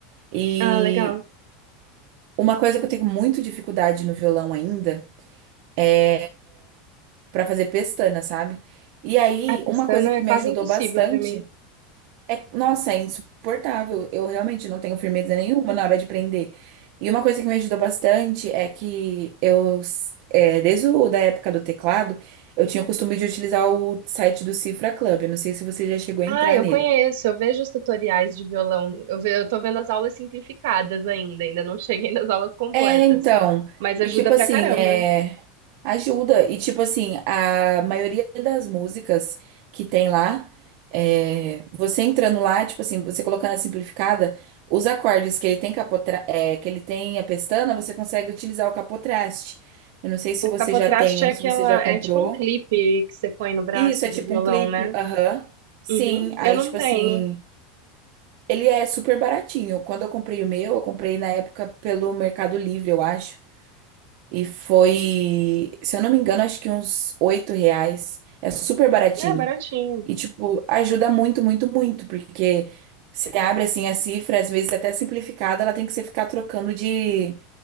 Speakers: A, on the right (about 45°); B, on the right (about 65°).
A: E
B: Ah, legal.
A: uma coisa que eu tenho muito dificuldade no violão ainda. é Pra fazer pestana, sabe? E aí,
B: A pestana
A: uma coisa que
B: é quase
A: me ajudou
B: impossível
A: bastante
B: para mim.
A: é, nossa, é insuportável. Eu realmente não tenho firmeza nenhuma na hora de prender. E uma coisa que me ajudou bastante é que eu, é, desde o, da época do teclado, eu tinha o costume de utilizar o site do Cifra Club. Eu não sei se você já chegou a
B: Ah,
A: entrar
B: eu
A: nele.
B: conheço, eu vejo os tutoriais de violão, eu ve, eu tô vendo as aulas simplificadas ainda, ainda não cheguei nas aulas completas,
A: É, então,
B: mas ajuda
A: e tipo
B: pra
A: assim,
B: caramba.
A: é, ajuda, e tipo assim, a maioria das músicas que tem lá, é, você entrando lá, tipo assim, você colocando a simplificada, os acordes que ele tem capotra... é, que ele tem a pestana, você consegue utilizar o capotraste. Eu não sei se
B: O
A: você
B: capotraste
A: já tem um,
B: é aquela,
A: se você já comprou.
B: é tipo um clipe que você põe no braço
A: Isso, é tipo
B: do violão,
A: um clipe,
B: né?
A: aham. Sim,
B: Uhum.
A: aí
B: Eu não
A: tipo
B: tenho.
A: assim, ele é super baratinho. Quando eu comprei o meu, eu comprei na época pelo Mercado Livre, eu acho. E foi, se eu não me engano, acho que uns 8 reais. É super baratinho.
B: É baratinho.
A: E, tipo, ajuda muito, muito, muito. Porque você abre, assim, a cifra, às vezes até simplificada, ela tem que você ficar trocando de,